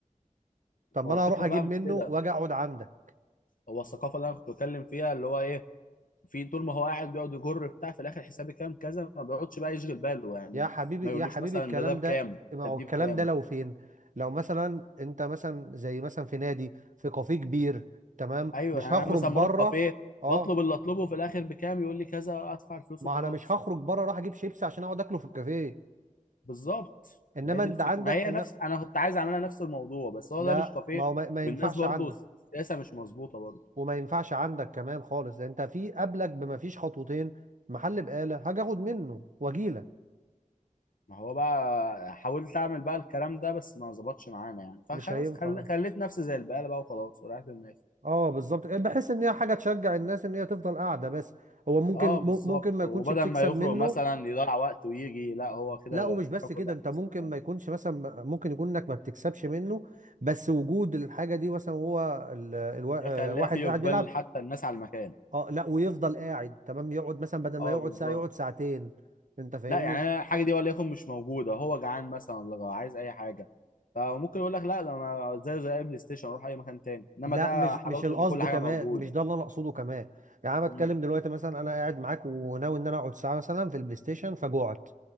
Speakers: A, on the right; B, on the left.
A: طب ما
B: هو
A: انا
B: الفكره
A: هروح اجيب
B: بقى مش
A: منه
B: كده
A: واجي اقعد عندك
B: هو الثقافه اللي انا كنت بتكلم فيها اللي هو ايه في طول ما هو قاعد بيقعد يجر بتاع في الاخر حسابي كام كذا ما بيقعدش بقى يشغل باله يعني
A: يا حبيبي
B: ما يقولوش
A: يا حبيبي
B: مثلا
A: الكلام
B: ده ده بكام
A: ده ما هو
B: طب دي
A: الكلام
B: بكام
A: ده لو فين لو مثلا انت مثلا زي مثلا في نادي في كافيه كبير تمام
B: ايوه
A: مش
B: يعني
A: هخرج
B: انا مثلا
A: بره
B: بروح كافيه
A: اه
B: بطلب اللي اطلبه في الاخر بكام يقول لي كذا ادفع الفلوس
A: ما
B: وخلاص
A: انا مش هخرج بره اروح اجيب شيبسي عشان اقعد اكله في الكافيه
B: بالظبط
A: انما
B: ما هي دي
A: انت
B: الفكره
A: عندك
B: ما هي
A: ان
B: نفس انا كنت عايز اعملها نفس الموضوع بس هو
A: لا
B: ده مش كافيه
A: ما هو ما ما
B: والناس
A: ينفعش
B: برضو
A: عندك
B: السياسه مش مظبوطه برضو
A: وما ينفعش عندك كمان خالص ده انت في قبلك بما فيش خطوتين محل بقالة هاجي اخد منه واجيلك
B: ما هو بقى حاولت اعمل بقى الكلام ده بس ما ظبطش معانا يعني فخلاص
A: مش هينفع
B: خل... خليت نفسي زي البقاله بقى وخلاص وريحت دماغي
A: اه بالظبط بحس ان هي حاجه تشجع الناس ان هي تفضل قاعده بس هو ممكن
B: اه بالظبط
A: مم- ممكن ما يكونش
B: وبدل
A: بتكسب
B: ما يخرج
A: منه
B: مثلا يضيع وقت ويجي لا هو كده
A: لا ومش بس
B: الحاجه كلها
A: كده انت
B: في نفس
A: ممكن
B: المكان
A: ما يكونش مثلا ممكن يكون انك ما بتكسبش منه بس وجود الحاجه دي مثلا هو ال... الوا...
B: يخليها
A: آه، واحد
B: في اقبال
A: قاعد بيلعب
B: حتى الناس على المكان
A: اه لا ويفضل قاعد تمام يقعد مثلا بدل ما
B: اه
A: يقعد
B: بالظبط
A: ساعه يقعد ساعتين انت فاهمني
B: لا يعني انا الحاجه دي وليكن مش موجوده هو جعان مثلا ولا عايز اي حاجه فممكن يقول لك لا ده انا زيه زي اي بلاي ستيشن اروح اي مكان تاني انما
A: لا
B: ده
A: مش
B: حلاوته
A: مش القصد
B: ان كل حاجه
A: كمان
B: موجوده
A: مش ده اللي انا اقصده كمان يعني انا
B: مم.
A: بتكلم دلوقتي مثلا انا قاعد معاك وناوي ان انا اقعد ساعه مثلا في البلاي ستيشن فجوعت